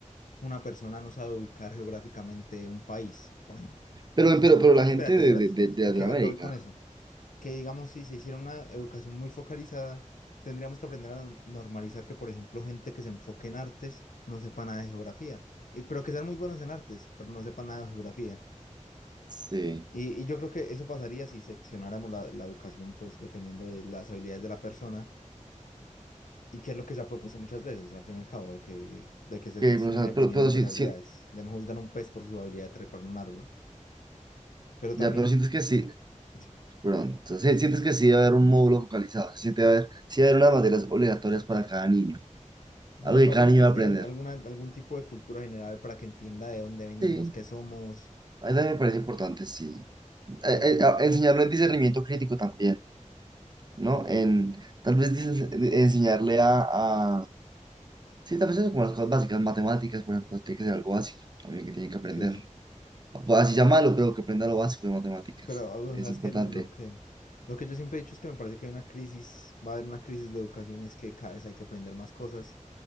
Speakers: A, on the left; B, on the right.
A: una persona no sabe ubicar geográficamente un país, por ejemplo.
B: Pero, pero, pero la
A: Espérate,
B: gente de,
A: espérate,
B: de,
A: espérate.
B: de, de
A: ¿A
B: Latinoamérica,
A: qué, a qué voy con eso? que digamos, si se hiciera una educación muy focalizada, tendríamos que aprender a no- normalizar que, por ejemplo, gente que se enfoque en artes no sepa nada de geografía, Y- pero que sean muy buenos en artes, pero no sepa nada de geografía.
B: sí.
A: Y, y yo creo que eso pasaría si seccionáramos la, la educación, pues dependiendo de las habilidades de la persona y que es lo que se ha propuesto muchas veces, al fin y al cabo, de que, de que se
B: Que,
A: secciona
B: o sea,
A: dependiendo
B: pero, pero
A: de
B: sí,
A: las habilidades,
B: sí,
A: de no juzgar a un pez por su habilidad de trepar un árbol. Pero
B: ya,
A: también...
B: pero sientes que sí,
A: sí.
B: perdón, o sea, sí- sientes que sí debe haber un módulo focalizado, si siente haber, sí debe haber unas materias obligatorias para cada niño,
A: Me
B: algo que
A: parece
B: cada niño
A: que
B: va
A: sí,
B: a aprender.
A: al- alguna, algún tipo de cultura general para que entienda de dónde venimos,
B: Sí,
A: qué somos.
B: a mí también me parece importante, sí. eh,
A: Entonces,
B: eh, a- enseñarlo en discernimiento crítico también, ¿no? En, tal vez dices- enseñarle a, a- Sí, tal vez eso como las cosas básicas, matemáticas, por ejemplo, tiene que ser algo básico también que tiene que aprender.
A: sí, sí.
B: Pues Así llamarlo, pero que aprenda lo básico de matemáticas.
A: Pero ah, o
B: Es
A: sea,
B: importante.
A: es que lo que lo que yo siempre he dicho es que me parece que hay una crisis, va a haber una crisis de educación y es que cada vez hay que aprender más cosas.